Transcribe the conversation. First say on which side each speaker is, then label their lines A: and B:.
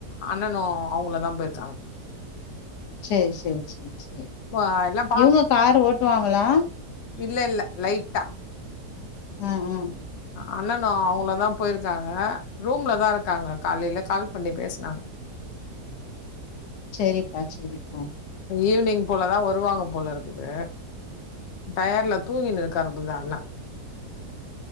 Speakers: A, on the left; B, on the left.
A: அண்ணனு அவுங்ளதா போய்ருக்காங்
B: சேர் சேர் சே சே
A: அ எல்லாம்
B: இவுங்க கரு ஓட்டுவாங்களா
A: இல்லெல்ல லைட்டா
B: ம் ம்
A: அண்ணனு அவுங்ளு தா போய்ருக்காங்க ரூம்ல தா இருக்காங்க காலைல கால் பண்ணி பேஸ்னாங்
B: சேரிப்பா சேரிப்பா
A: ஈவ்னிங் போல தா வருவாங்க போலருக்குது டயர்ல தூங்கின்னு இருக்காரு புர்தா அண்ணா